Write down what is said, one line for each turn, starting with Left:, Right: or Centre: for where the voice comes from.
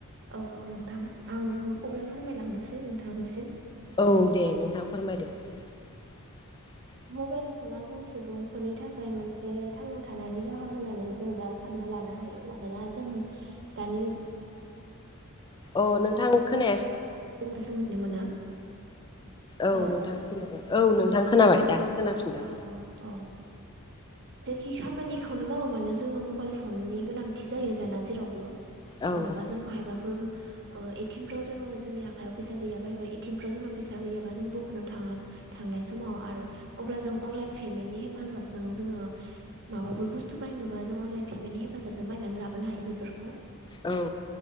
Right: औ औ नोंथां। आं अब्ला फोरमायलांनोसै नोंथांसिम
Left: औ दे नोंथां फोरमायदो! <inaudible>
Right: मबाइल फना जों सुबुंफोरनि थाखाय मोनसे थांना थानायनि राहा होननानै जों दा सानना ला। नो हायो मानोना जों दानि
Left: अ नोंथां खोनायासै
Right: <unintelligible> मोना।
Left: औ
Right: हो
Left: औ नोंथां खोनाबाय औ नोंथां खोनाबाय दासो खोनाफिनदों।
Right: अ अ अ। जेखि खामानिखौनो मावा मानो जोङो मबाइल फननि गोनांथि जायो जाना जेरावबो
Left: औ
Right: जेनेबा जों माहायबाफोर ओह एटिमफ्राव जोङो जोंनि आखायाव फैसा गैयाबा एबा एटिमफ्राव जोंना फैसा गैयाबा जों बख'नो थाङा थांनाय समाव आरो अब्ला जों अनलाइन पेमेन्टनि हेफाजाबजों जोङो माबाफोर बुस्थु बायनोबा जों अनलाइन पेमेन्टनि हेफा जाबजों बायनानै लाबोनो हायो बेफोरखौ
Left: औ।